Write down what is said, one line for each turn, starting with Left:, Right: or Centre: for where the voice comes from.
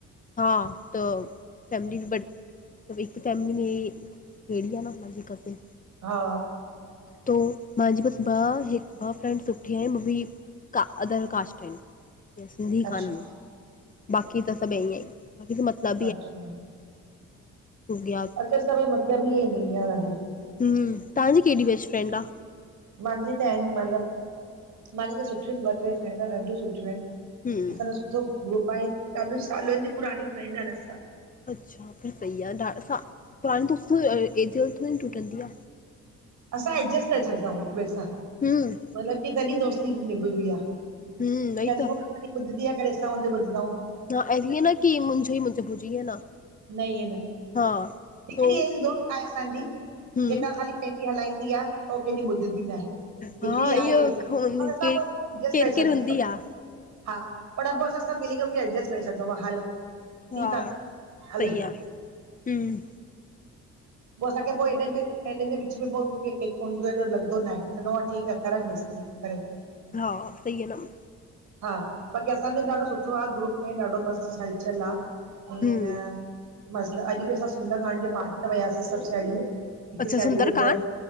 Left: हा त फैमिली बट त हिक फैमिली में हेड़ी आ न हुन जी कज़िन
Right: हा
Left: तो मंहांजी बसि ॿ हिक ॿ फ्रैंड सुठी आहिन, मां बि का अदर कास्ट आहिन या सिंधी
Right: अच्छा
Left: कान्हनि बाक़ी त सभु ईअं ई बाकि त मतलब
Right: अच्छा,
Left: हो गया
Right: अॼकल सब मतलबीआहिन दुुनिया ॾाढी।
Left: हम्म, तहांजी केॾि बेस्ट फ्रेंड आ?
Right: मंहांजी त आहिन मतिलब मंहांजी त सुठियूं आहिन ॿ टे फैंड ॾाढियूं सुठियूं आहिन।
Left: हम्म
Right: असांजो सुठो ग्रुप आहे, ॾाढो सालनि जूं पुराणीूं फ्रैंड आहिन असां।
Left: अच्छा फिर सही आहे, पुराणि दोस्ती एॾो जल्दी थोङी टुटंदी आ।
Right: असां एडजस्ट करे छॾंदा आहियूं हिक ॿिए सां।
Left: हम्म
Right: मलबु कि तॾी दोस्ती निभबी आ।
Left: हम्म वई
Right: कॾी
Left: त
Right: हू असांजी ॿुधंदी आ कॾी असां हुन्जो ॿुधंदऊं।
Left: त ऐं हिअं न कि मुंझो ई मुंझो बुझु ईएं न।
Right: न ईअं न।
Left: हा।
Right: हिकड़ी
Left: तो
Right: अहिड़ी दोस्त आहे असांजी,
Left: हम्म
Right: जेका ख़ाली पहिंजी हलाईंदी आ। हो कंहिं जी ॿुधंदी नाहें,
Left: हा
Right: हिकड़ी आहे
Left: इहो
Right: अहिड़ी, असां
Left: केर
Right: बि अजेस्
Left: केरु
Right: करे
Left: केरु
Right: छॾिदा
Left: हूंदी आहे
Right: <unintelligible> हा, पर पो असां सब मिली करे उनखे एडजस्ट करे छॾंदो आ हले।
Left: हा,
Right: ठीकु आहे हले
Left: सई आ, हम्म।
Right: पोइ असांखे पोइ हेॾनि जे हेॾनि जे विच में पो एॾो लॻंदो न आहे, चवंदो ठीकु आ, करण ॾसि जीअं करे।
Left: हा, सही वेंदमि।
Right: हा, बाक़ी असांजे ॾाढो सुठो आ, ग्रुप में ॾाढो मस्तु हलचल आ। ईअं
Left: हम्म
Right: न मस्ल, अॼु बि असां सुंदर कांड जे पाठ ते वियासीं सभु साहेड़ियूं। हिकु
Left: अच्छा
Right: साहेड़ी
Left: सुंदरकांड,
Right: जे घर